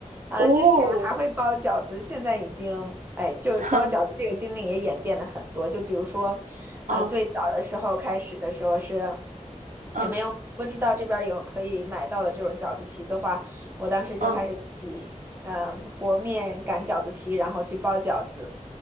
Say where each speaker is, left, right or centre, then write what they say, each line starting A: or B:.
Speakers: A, on the right (about 15°); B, on the right (about 75°).
A: 啊，
B: 哦，
A: 之前还会包饺子，现在已经哎，就是包饺子这个经历也演变了很多。
B: <laughs>
A: 就比如说，啊，
B: 嗯
A: 最早的时候开始的时候是，
B: 嗯。
A: 也没有不知道这边儿有可以买到的这种饺子皮的话，我当时就开始自己嗯和面擀饺子皮，
B: 嗯
A: 然后去包饺子。